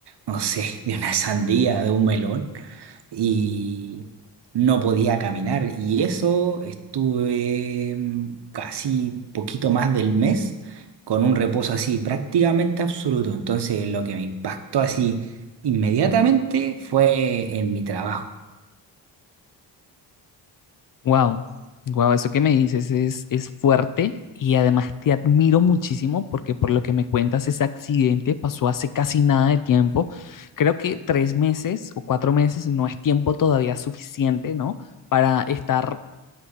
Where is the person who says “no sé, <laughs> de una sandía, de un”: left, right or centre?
Right